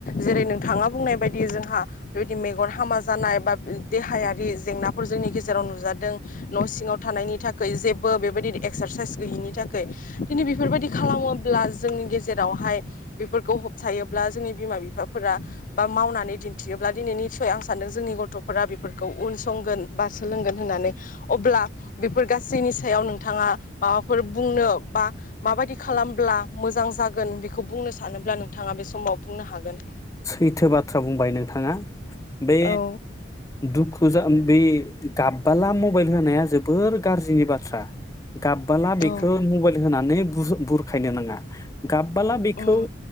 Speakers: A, on the left; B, on the left.
A: जेरै नों थाङा बुंनाय बायदि जोंहा बेबायदि मेगन हामा जानाय बा देहायारि जेंनाफोर जोंनि गेजेराव नुजादों न' सिङाव थानायनि थाखाय जेबो बेबायदि एक्सारसाइस गैयिनि थाखाय खिनथु बेफोरबायदि खालामोब्ला जोंनि गेजेरावहाय बेफोरखौ होबथायोब्ला जोंनि बिमा बिफाफोरा बा मावनानै दिन्थियोब्ला दिनैनि फाय आं सानदों जोंनि गथ'फोरा बेफोरखौ उनसंगोन बा सोलोंगोन होननानै अब्ला बेफोर गासैनि सायाव नोंथाङा माबाफोर बुंनो बा माबायदि खालामब्ला मोजां जागोन बेखौ बुंनो सानोब्ला नोंथाङा बे समाव बुंनो हागोन
B: थो बाथ्रा बुंबाय नोंथाङा बे
A: औ
B: दुखु जा बे गाबबाला मबाइल होनाया जोबोर गाज्रिनि बाथ्रा‌। गाबबाला‌ बेखो
A: औ
B: मबाइल होनानै बुह बुरखायनो नाङा। गाबबाला बेखौ
A: उम